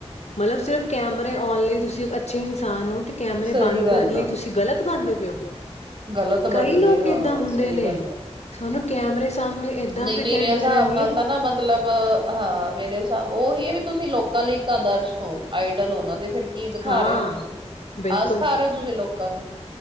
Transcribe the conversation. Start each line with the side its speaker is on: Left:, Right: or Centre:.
Left: ਮਤਲਬ ਸਿਰਫ ਕੈਮਰੇ ਆਉਣ ਲਈ ਤੁਸੀਂ ਇੱਕ ਅੱਛੇ ਇਨਸਾਨ ਹੋ ਕੈਮਰੇ
Right: ਸਹੀ
Left: ਬੰਦ
Right: ਗੱਲ
Left: ਕਰਨ ਲਈ
Right: ਆ
Left: ਤੁਸੀਂ ਗ਼ਲਤ ਬੰਦ ਪਓ
Right: ਗਲਤ
Left: ਕਈ
Right: ਬਣ
Left: ਲੋਕ
Right: ਗਏ ਹਾਂ
Left: ਏਦਾਂ ਹੁੰਦੇ
Right: ਸਹੀ
Left: ਨੇ
Right: ਗੱਲ ਹੈ
Left: ਸਾਨੂੰ ਕੈਮਰੇ ਸਾਹਮਣੇ ਏਦਾਂ
Right: ਨਹੀਂ
Left: ਪ੍ਰਟੈਂਡ
Right: ਮੇਰੇ ਹਿਸਾਬ
Left: ਕਰਨਗੇ
Right: ਨਾਲ ਤਾਂ ਨਾ ਮਤਲਬ ਹਾਂ ਮੇਰੇ ਹਿਸਾਬ ਨਾਲ ਉਹੀ ਹੈ ਵੀ ਤੁਸੀਂ ਲੋਕਾਂ ਲਈ ਆਦਰਸ਼ ਹੋ ਆਈਡਲ ਉਹਨਾਂ ਦੇ ਫਿਰ ਕੀ ਦਿਖਾ
Left: ਹਾਂ
Right: ਰਹੇ ਹੋ ਤੁਸੀਂ
Left: ਬਿਲਕੁਲ
Right: ਆਹ ਸਿਖਾ ਰਹੇ ਹੋ ਤੁਸੀਂ ਲੋਕਾਂ ਨੂੰ